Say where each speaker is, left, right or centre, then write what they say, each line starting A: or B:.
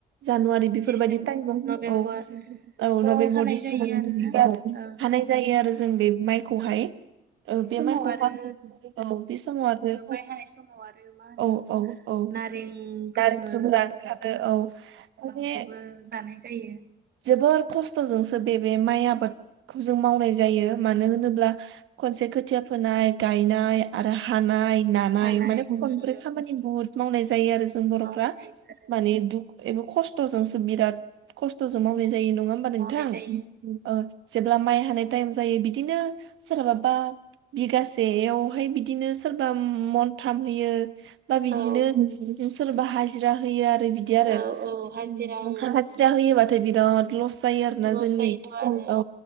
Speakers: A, on the right; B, on the right.
A: जानुवारि बेफोरबायदि
B: डिसेम्बर
A: टाइम दं
B: नभेम्बर
A: औ औ
B: बेफोराव
A: नभेम्बर
B: हानाय
A: डिसेम्बर
B: जायो आरोना
A: <unintelligible>
B: औ
A: हानाय जायो आरो जों बे माइखौहाय
B: औ
A: ओ बे
B: समाव
A: माइखौ
B: आरो
A: फा <unintelligible> औ बे समाव आरो
B: माइ हानाय समाव आरो मा होनो
A: औ औ औ
B: नारेंफोरबो
A: नारें जुमब्रा <unintelligible> औ <unintelligible>
B: बेखोबो जानाय जायो
A: जोबोर खस्थ'जोंसो बे बे माइ आबादखौ जों मावनाय जायो मानो होनोब्ला खनसे खोथिया फोनाय गायनाय आरो हानाय नानाय
B: हानाय
A: माने
B: उम
A: खनब्रै खामानि बुहुत मावनाय जायो आरो जों बर'फ्रा
B: मावनाय जायो आरो
A: माने दुख एबो खस्थ'जोंसो बिराद खस्थ'जों मावनाय जायो नङा होमबा नोंथां
B: मावनाय जायो
A: <unintelligible> जेब्ला माय हानाय तायेम जायो बिदिनो सोरहाबा बिगासेयावहाय बिदिनो सोरबा मनथाम होयो बा बिदिनो
B: औ
A: सोरबा हाजिरा होयो आरो। बिदि आरो
B: औ औ हाजिरा ओं
A: हाजिरा होयोबाथाय बिराद लस जायो आरोना
B: लस
A: जोंनि
B: जायोथ' आरो
A: औ